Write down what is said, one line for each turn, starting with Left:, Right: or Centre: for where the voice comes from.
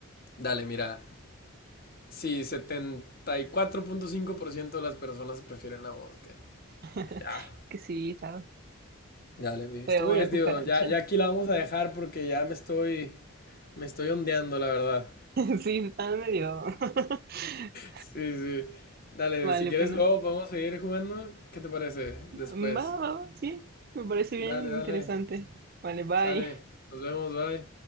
Left: Dale, mira, Sí, setenta y cuatro punto cinco por ciento de las personas prefieren la mosca.
Right: <laughs>
Left: Ya,
Right: Es que sí, está
Left: ya, le estuvo
Right: feo
Left: divertido.
Right: una cucaracha.
Left: Ya, ya aquí la vamos a dejar porque ya me estoy, me estoy ondeando, la verdad.
Right: <laughs> Sí, está medio. <laughs>
Left: Sí, sí. Dale,
Right: Vale,
Left: si quieres
Right: pena.
Left: luego podemos seguir jugando. ¿Qué te parece después?
Right: Va, va, va, sí, me parece
Left: Dale,
Right: bien
Left: dale.
Right: interesante. Vale, bye.
Left: Sale. Nos vemos, bye.